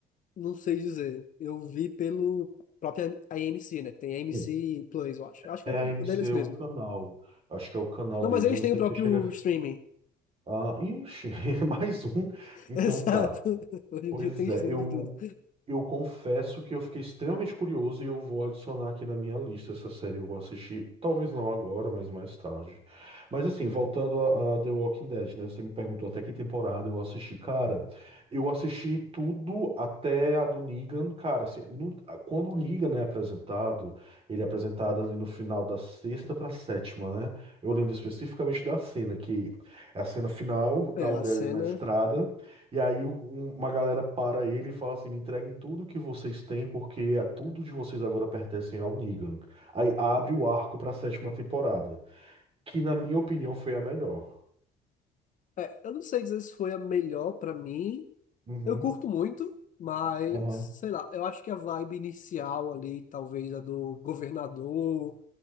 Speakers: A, on the left; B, on the right.
A: não sei dizer. Eu vi pelo próprio AMC, né? Que tem AMC
B: Hum.
A: Plus, eu acho. Acho
B: É
A: que é
B: a AMC,
A: deles mesmo.
B: o canal. Acho que é o canal
A: Não,
B: deles,
A: mas eles
B: eu não
A: têm
B: sei
A: o próprio
B: se chega.
A: streaming.
B: Ah, ixi, <laughs> mais um.
A: <laughs>
B: Então
A: Exato.
B: tá.
A: Hoje em
B: Pois
A: dia tem streaming
B: é, eu,
A: de tudo.
B: eu confesso que eu fiquei extremamente curioso e eu vou adicionar aqui na minha lista essa série. Eu vou assistir, talvez não agora, mas mais tarde. Mas assim, voltando a, a The Walking Dead, né? Você me perguntou até que temporada eu assisti. Cara, eu assisti tudo até a do Negan. Cara, assim, no- quando o Negan é apresentado, ele é apresentado ali no final da sexta pra sétima, né? Eu lembro especificamente da cena, que é a cena final, tá
A: É,
B: o
A: a
B: Daryl
A: cena.
B: na estrada. E aí um- uma galera para ele e fala assim: me entreguem tudo que vocês têm, porque a tudo de vocês agora pertencem ao Negan. Aí abre o arco para a sétima temporada, que na minha opinião foi a melhor.
A: é, eu não sei dizer se foi a melhor pra mim.
B: Uhum,
A: Eu curto muito, mas
B: Aham.
A: sei lá. Eu acho que a vibe inicial ali, talvez a do governador,